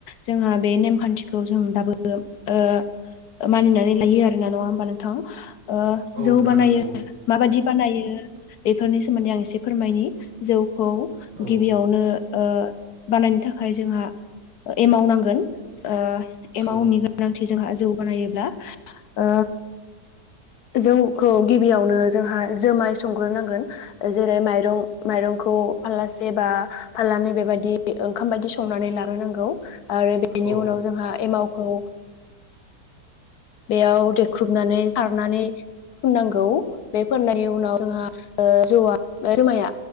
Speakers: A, on the left; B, on the right.
A: जोंहा बे नेमखान्थिखौ जों दाबो ओ मानिनानै लायो आरोना नङा होमबा नोंथां ओ
B: औ
A: जौ
B: नोंथां
A: बानायो
B: नंगौ
A: माबायदि बानायो बेफोरनि सोमोन्दै आं एसे फोरमायनि जौ खौ
B: औ
A: गिबियावनो ओ बानायनो थाखाय जोंहा एमाव नांगोन ओ एमाव
B: औ
A: नि थि जोंहा जौ बानायोब्ला ओ जौखौ गिबियावनो जोंहा जोमाय संग्रो नांगोन जेरै माइरं मायरंखौ फाललासे बा फाललानै बेबायदि ओंखाम बायदि संनानै लाग्रोनांगौ आरो बेनि
B: औ
A: उनाव जोंहा एमाव खौ बेयाव देख्रुबनानै सारनानै फुननांगौ बे फोननायनि उनाव जोंहा ओ जौआ जुमाया